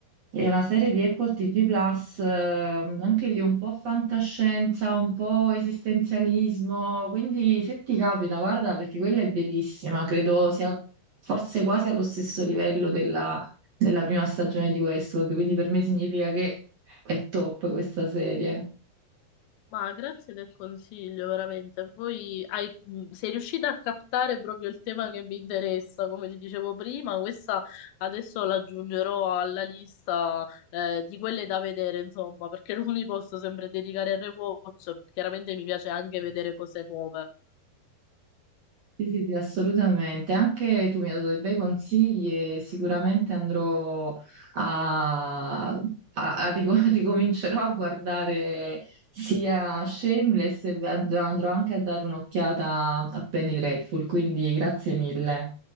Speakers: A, on the right; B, on the left.
A: è una serie di Apple TV Plus, eh, anche lì un po' fantascienza, un po' esistenzialismo, quindi se ti capita, guarda, perché quella è bellissima, credo sia forse quasi allo stesso livello della, della prima stagione di Westworld, quindi per me significa che è top questa serie.
B: Ma grazie del consiglio, veramente. Poi hai- mh, sei riuscita a captare proprio il tema che mi interessa, come ti dicevo prima, questa adesso la aggiungerò alla lista eh, di quelle da vedere, insomma, perché <laughs> non mi posso sempre dedicare al rewatch, chiaramente mi piace anche vedere cose nuove.
A: Sì, sì, sì, assolutamente. Anche tu mi hai dato dei bei consigli e sicuramente andrò a, a- a rico- <laughs> ricomincerò a guardare sia Shameless e andrò andrò anche a dare un'occhiata a Penny Dreadful, quindi grazie mille.